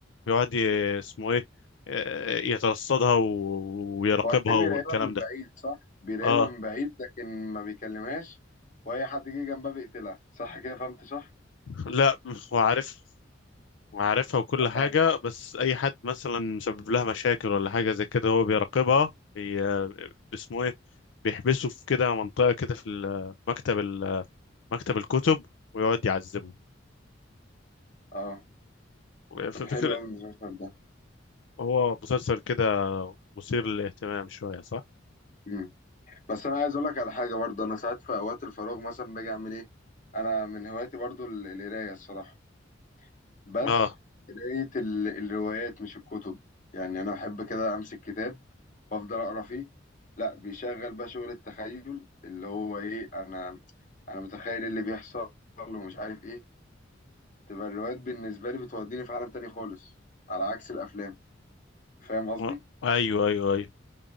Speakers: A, on the left (about 70°); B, on the left (about 45°).
A: بيقعد ي- اسمه ايه آه، يترصدها و- ويراقبها
B: هو هتلاقيه
A: والكلام
B: بيراقبها من
A: ده
B: بعيد صح بيراقبها
A: اه
B: من بعيد لكن ما بيكلمهاش واي حد جه جنبها بيقتلها صح كده فهمت صح
A: لا هو عارف هو عارفها وكل
B: اه
A: حاجة بس أي حد مثلا سبب لها مشاكل ولا حاجة زي كده هو بيراقبها بي... اسمه ايه بيحبسه في كده منطقة كده في ال- مكتب ال... مكتب الكتب ويقعد يعذبه
B: اه
A: ف-
B: طب حلو
A: فكرة
B: قوي المسلسل ده
A: هو مسلسل كده مثير للاهتمام شوية صح؟
B: امم بس انا عايز اقول لك على حاجه برضه انا ساعات في اوقات الفراغ مثلا باجي اعمل ايه انا من هواياتي برضه ال- القرايه الصراحه بس
A: اه
B: قرايه ال- الروايات مش الكتب يعني انا بحب كده امسك كتاب وافضل اقرا فيه لا بيشغل بقى شغل التخيل اللي هو ايه انا انا متخيل إيه اللي بيحصل ومش عارف ايه تبقى الروايات بالنسبه لي بتوديني في عالم تاني خالص على عكس الافلام فاهم قصدي
A: آه، ايوه ايوه ايوه